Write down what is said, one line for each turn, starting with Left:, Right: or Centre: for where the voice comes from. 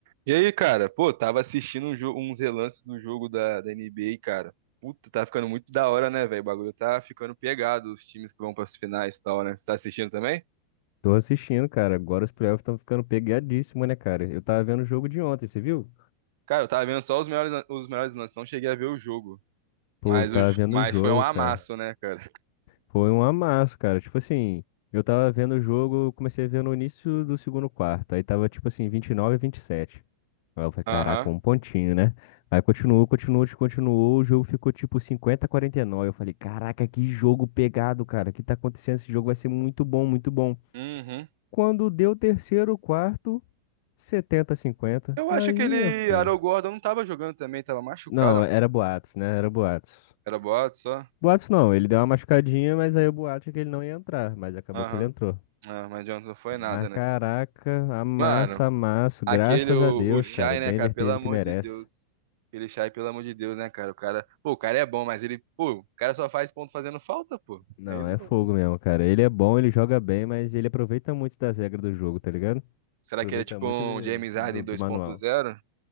Right: E aí, cara? Pô, tava assistindo um jo- uns relances do jogo da, da NBA, cara. Puta, tá ficando muito da hora, né, velho? O bagulho tá ficando pegado, os times que vão pras finais e tal, né? Você tá assistindo também?
Left: Tô assistindo, cara. Agora os playoffs estão ficando pegadíssimos, né, cara? Eu tava vendo o jogo de ontem, você viu?
Right: Cara, eu tava vendo só os melhores, lan- os melhores lances, não cheguei a ver o jogo.
Left: Pô,
Right: Mas,
Left: eu tava
Right: Pô, os,
Left: vendo
Right: mas
Left: o jogo,
Right: foi um né,
Left: cara.
Right: amasso, né, cara?
Left: Foi um amasso, cara. Tipo assim, eu tava vendo o jogo, eu comecei a ver no início do segundo quarto. Aí tava, tipo assim, 29, a 27. Aí eu falei,
Right: Aham.
Left: caraca,
Right: Caraca.
Left: um pontinho, né? Aí continuou, continuou, continuou. O jogo ficou tipo 50 a 49. Eu falei, caraca, que jogo pegado, cara. O que tá acontecendo? Esse jogo vai ser muito bom, muito bom.
Right: Uhum.
Left: Quando deu o terceiro quarto, 70 a 50.
Right: Eu
Left: Aí,
Right: acho que ele,
Left: meu filho.
Right: Caramba. Arol Gordon, não tava jogando também, tava machucado.
Left: Não, era boatos, né? Era boatos.
Right: Era boato só.
Left: Boatos não, ele deu uma machucadinha, mas aí o boato é que ele não ia entrar, mas acabou
Right: Aham.
Left: que ele entrou.
Right: Ah, mas adianta, não foi
Left: Mas
Right: nada, né?
Left: caraca, amassa,
Right: Mano,
Left: amasso.
Right: Aquele,
Left: Graças
Right: o,
Left: a Deus,
Right: o meu Shai,
Left: cara, o Denver
Right: né, cara? Pelo
Left: teve
Right: amor
Left: o que merece.
Right: de Deus. Aquele Shai, pelo amor de Deus, né, cara? O cara, pô, o cara é bom, mas ele, pô, o cara só faz ponto fazendo falta, pô.
Left: Não,
Right: Aí não.
Left: é fogo mesmo, cara. Ele é bom, ele joga bem, mas ele aproveita muito das regras do jogo, tá ligado?
Right: Será
Left: Aproveita
Right: que ele é tipo
Left: muito
Right: um
Left: do,
Right: James
Left: do,
Right: Harden 2.0?
Left: do manual.